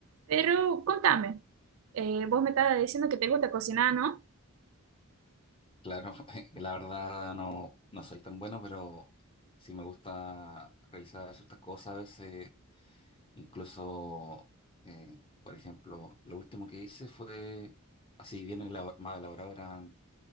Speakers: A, on the right; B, on the left.
A: Pero contame, eh, vos me estabas diciendo que te gusta cocinar, ¿no?
B: Claro, <laughs> la verdad no, no soy tan bueno, pero sí me gusta realizar ciertas cosas a veces. Incluso, eh, por ejemplo, lo último que hice fue, así bien elabo- más elaborado, eran,